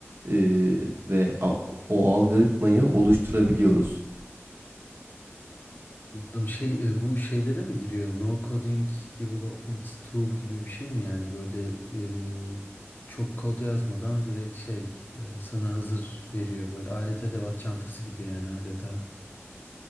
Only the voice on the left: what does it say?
Anladım. Şey, e, bu şeylere mi giriyor? No coding development tool gibi bir şey mi yani böyle e, çok kod yazmadan direkt şey e, sana hazır veriyor böyle alet edevat çantası gibi yani adeta.